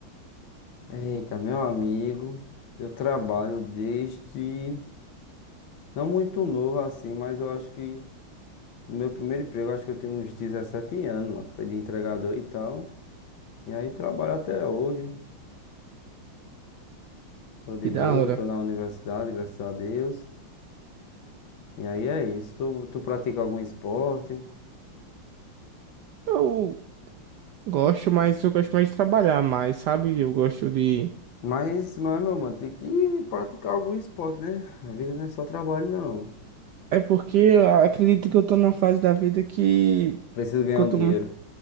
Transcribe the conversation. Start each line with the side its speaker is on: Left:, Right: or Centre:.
Left: Eita, meu amigo, eu trabalho desde. Não muito novo assim, mas eu acho que. O Meu primeiro emprego, acho que eu tinha uns 17 anos, mano. Foi de entregador e tal. E aí trabalho até hoje. Tô de
Right: que
Left: boa,
Right: da hora.
Left: tô na universidade, graças a Deus. E aí é isso. Tu, tu pratica algum esporte?
Right: Eu gosto, mas eu gosto mais de trabalhar mais, sabe? Eu gosto de.
Left: Mas, mas, meu mano, tem que praticar algum esporte, né? A vida não é só trabalho, não.
Right: É porque eu acredito que eu tô numa fase da vida que
Left: Preciso ganhar
Right: quanto,
Left: um dinheiro